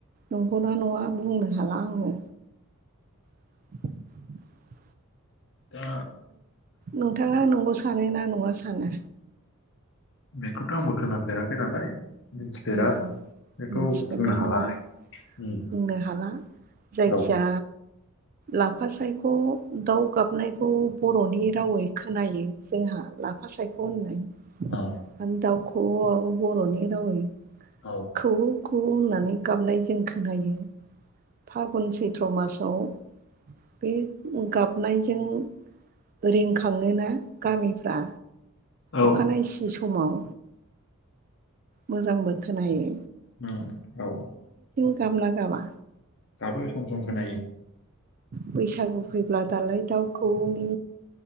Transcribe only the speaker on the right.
नंगौना नङा बुंनो हाला आङो। <inaudible>
नोंथाङा नंगौ सानो ना नङा सानो?
औ
मिथिफेरनाय
नङा
बुंनो हाला जायखिया
लाफा सायख' दाउ गाबनायखौ बर'नि रावै खोनायो जोंहा लाफा सायख' होननाय।
दाउ खौवौ आबो बर'नि रावै
खौवौ खौ खौवौ होननानै गाबनाय जों खोनायो फागुन सैथ्र' मासाव बे गाबनायजों रिंखाङोना? गामिफ्रा
अखानायसि समाव। मोजांबो खोनायो।
गाबोना गाबा?
बैसागु फैब्ला दालाय दाउखौवौनि